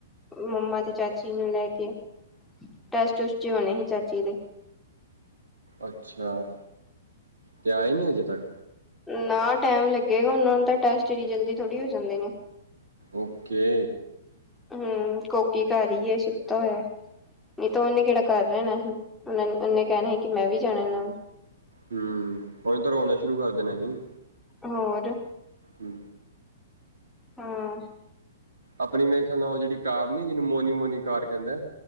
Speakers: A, in the centre; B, on the right.
A: ਮੰਮਾ ਤੇ ਚਾਚੀ ਨੂੰ ਲੈ ਕੇ, ਟੈਸਟ-ਟੁਸਟ ਜੇ ਹੋਣੇ ਸੀ ਚਾਚੀ ਦੇ।
B: ਅੱਛਾ, ਤੇ ਆਏ ਨੀ ਹਜੇ ਤੱਕ।
A: ਨਾ ਟੈਮ ਲੱਗੇਗਾ ਓਨਾਂ ਨੂੰ ਤਾਂ ਟੈਸਟ ਏਡੀ ਜਲਦੀ ਥੋੜ੍ਹੀ ਹੋ ਜਾਂਦੇ ਨੇ।
B: ਓਕੇ।
A: ਹੂੰ ਕੋਕੀ ਕਾੱਰ ਈ ਏ ਸੁੱਤਾ ਹੋਯਾ। ਨਈ ਤਾਂ ਓਨੇ ਕੇੜਾ ਕਰ ਰੈਣਾ ਹੀ, ਓਨਾ ਓਨੇ ਕੈਨਾ ਸੀ ਕਿ ਮੈਂ ਵੀ ਜਾਣਾ ਨਾਲ।
B: ਹੂੰ, ਓਨੇ ਤਾਂ ਰੋਣਾ ਸ਼ੁਰੂ ਕਰ ਦੇਣਾ ਹੀ।
A: ਹੋਰ?
B: ਹੂੰ।
A: ਹਾਂ
B: ਅਪਣੀ ਮੇਰੇ ਖਿਆਲ ਨਾਲ ਓ ਜੇੜੀ ਕਾਰ ਨੀ ਜਿਨੂੰ ਮੋਨੀ-ਮੋਨੀ ਕਾਰ ਕੈਂਦੈ